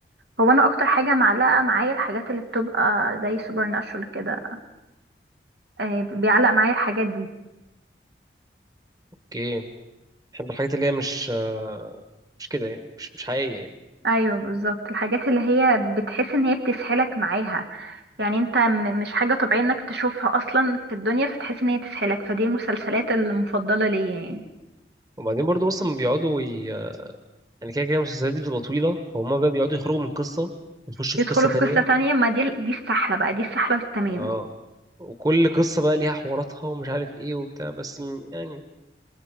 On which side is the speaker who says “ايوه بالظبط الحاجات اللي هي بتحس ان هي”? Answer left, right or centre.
Right